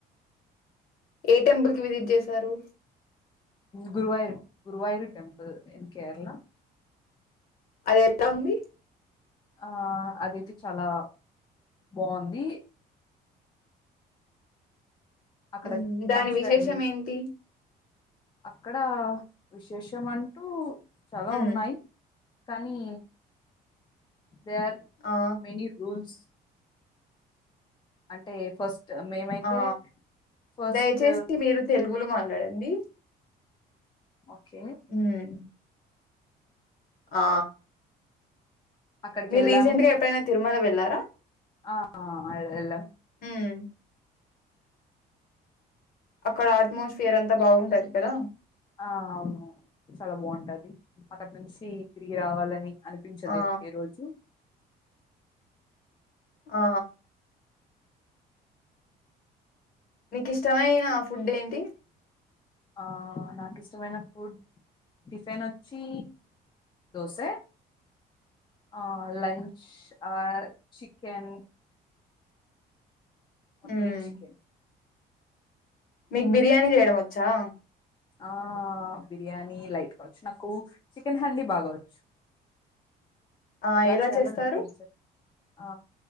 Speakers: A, on the left (about 60°); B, on the left (about 25°).
A: ఏ టెంపుల్ కి విజిట్ చేసారు
B: గురువయూర్ గురువయూర్ టెంపుల్ ఇన్ కేరళ
A: అది ఎట్లా ఉంది
B: ఆ అదియితే చాలా బాంది అక్కడ
A: హ్మ్ దాని
B: మంచిగా
A: విశేషం
B: ఎన్-
A: ఏంటి
B: అక్కడ విశేషం అంటూ చాలా
A: ఉమ్
B: ఉన్నాయ్ కానీ they are
A: uh
B: many rules అంటే ఫస్ట్ మేమైతే
A: ఆ
B: ఫస్ట్
A: దయచేసి మీరు తెలుగులో మాట్లాండి మాట్లాడండి
B: ఓకే
A: హుమ్ ఆ
B: అక్కడికి
A: మీరు
B: వెళ్ళాము
A: రీసెంట్ గా ఎప్పుడైనా తిరుమల వెళ్ళారా త
B: ఆ అ ఎల్ ఎల్లాం
A: ఉమ్ అక్కడ అట్మాస్పియర్ అంతా బాగుంటది కదా
B: ఆ అవును చాలా బాగుంటది అక్కడి నుంచి తిరిగి రావాలని అనిపించదు
A: ఆ
B: ఏప్ ఏ రోజు
A: ఆ మీకు ఇష్టమయిన ఫుడ్ ఏంటి
B: ఆ నాకు ఇష్టమైన ఫుడ్ టిఫిన్ వచ్చి దోస ఆ లంచ్ ఆ చికెన్ ఓన్లీ
A: మ్మ్
B: చికెన్
A: మీకు బిర్యానీ చేయడం వచ్చ వచ్చా
B: ఆ బిర్యానీ లైట్ కావచ్చు నాకు చికెన్ అండి బాగా వచ్చు
A: ఆ ఎలా
B: చేయాలో
A: చేస్తారు
B: నేను చెప్ ఆ